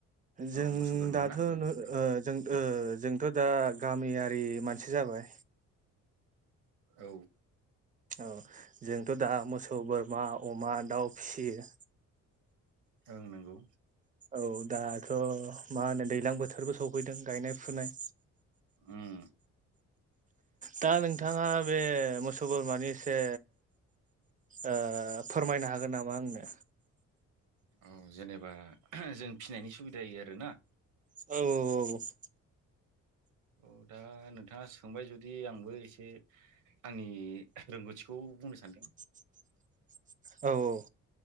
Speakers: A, on the right (about 25°); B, on the right (about 80°).
A: जों
B: औ मोसौ बोरमा
A: दाथ'
B: ना उम
A: न'
B: दे
A: ओ जों
B: बुंना
A: ओ जोंथ' दा गामिया रि मानसि जाबाय।
B: औ
A: औ जोंथ' दा मोसौ बोरमा अमा दाउ फिसियो।
B: ओं नांगौ।
A: औ दाथ' मा होनो दैज्लां बोथोरबो सफैदों गायनाय फुनाय।
B: उम।
A: दा नोंथाङा बे मो सबर माने एसे ओ फोरमायनो हागोन नामा आंनो।
B: औ जेनेबा जों फिनायनि सुबिदायै आरो ना।
A: औ औ औ औ।
B: औ दा नोंथाङा सोंबाय जुदि आंबो एसे आंनि रोंगौथिखौ बुंनो सानदों
A: <unintelligible> औ औ।